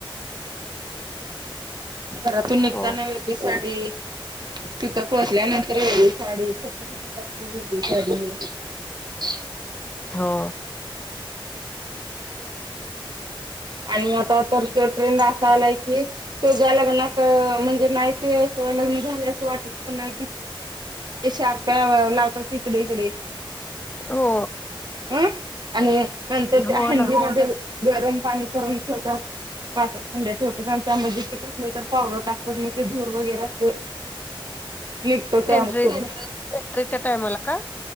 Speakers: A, on the right; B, on the left.
A: घरातून
B: हो
A: निघताना वेगळी साडी तिथं पोहचल्यानंतर वेगळी साडी फ वेगळी साडी ते
B: हो
A: आणि आता तर ट्रेंड असा आलाय की तो ज्या लग्नात म्हणजे नाही ते अस लग्न झाले असं वाटत प नाही कि ते शारप्या लावतात. तिकडे, इकडे
B: हो
A: ह आणि नंतर
B: हो
A: त्या हंडी
B: ना
A: मध्ये गरम पाणी करून ठेवतात पाच एक हंड्याच होत कारण त्यामध्ये ते कसलं तर पावडर टाकलेल ते धूर वगैरे असतोय निघतो त्यातून
B: एंट्री एंट्रीच्या टायमला का